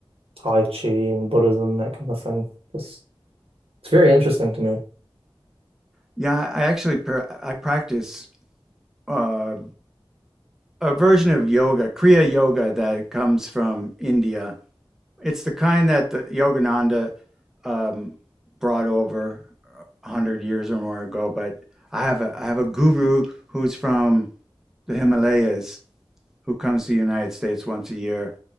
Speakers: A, on the right; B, in the centre.
A: Tai Chi and Buddhism, that kind of thing. It's, it's very interesting to me.
B: Yeah, I actually pr- I practice uh, a version of yoga, Kriya Yoga, that comes from India. It's the kind that the Yogananda um, brought over a hundred years or more ago. But I have a I have a guru who's from the Himalayas, who comes to the United States once a year.